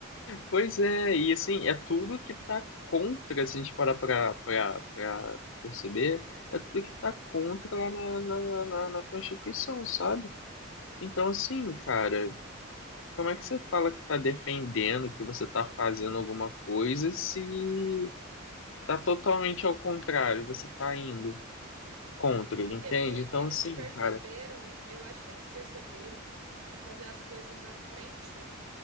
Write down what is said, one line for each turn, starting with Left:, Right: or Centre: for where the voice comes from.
Left: Pois é, e assim, é tudo que tá contra, se a gente parar pra, pra, pra perceber, é tudo que tá contra lá na, na, na, na Constituição, sabe?
Right: Uhum.
Left: Então, assim, cara, como é que você fala que tá defendendo, que você tá fazendo alguma coisa, se tá totalmente ao contrário, você tá indo contra, entende?
Right: É que ele,
Left: Então,
Right: eles
Left: assim,
Right: perceberam,
Left: cara,
Right: eu acho que eles perceberam que fazer as coisas na frente